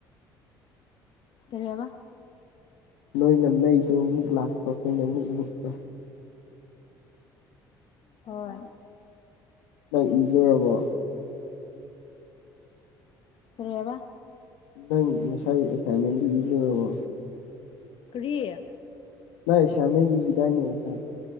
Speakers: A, on the left; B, on the left.
A: ꯀꯔꯤꯍꯥꯏꯕ
B: ꯅꯣꯏꯅ ꯃꯩꯗꯨ ꯃꯨꯛ ꯂꯥꯛꯄ ꯑꯩꯈꯣꯏꯅ ꯑꯃꯨꯛ ꯃꯨꯠꯄ
A: ꯍꯣꯏ
B: ꯇ ꯏꯔꯦꯕꯣ
A: ꯀꯔꯤ ꯍꯥꯏꯕ
B: ꯅꯪ ꯉꯁꯥꯏ ꯑꯦꯁꯥꯏꯟꯃꯦꯟꯗꯨ ꯏ ꯂꯣꯏꯔꯕꯣ
A: ꯀꯔꯤ
B: ꯃꯥ ꯑꯁꯝꯃꯦ ꯏꯒꯤꯗꯥꯏꯅꯦ ꯉꯁꯥꯏ